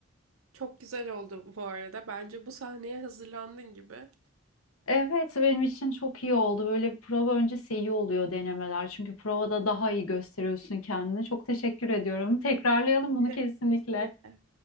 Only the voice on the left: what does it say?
Evet, benim için çok iyi oldu. Böyle bir prova öncesi iyi oluyor denemeler. Çünkü provada daha iyi gösteriyorsun kendini. Çok teşekkür ediyorum. Tekrarlayalım bunu
kesinlikle.